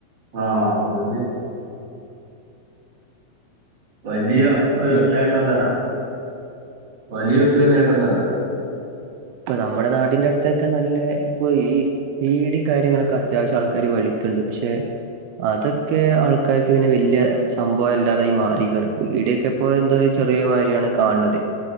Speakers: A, on the right (about 35°); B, on the right (about 80°).
A: ആഹ് വന്നി വലിയ ഒരു
B: ഉം
A: നേട്ടം തന്ന വലിയൊരു നേട്ടം തന്നെ അത്
B: ക്കെ നമ്മുടെ നാടിന്റെ അടുത്തൊക്കെ നല്ല ഇപ്പൊ ഈ ബീഡി കാര്യങ്ങളൊക്കെ അത്യാവശ്യം ആൾക്കാർ വലിക്കുണ്ട് പക്ഷെ അതൊക്കെ ആൾക്കാർക്ക് പിന്നെ വല്യ സംഭവല്ലാതായി മാറിരിക്കാണ് ബീഡിയൊക്കെ ഇപ്പോ എന്തോ ചെറിയ മാരിയാണ് കണ്ത്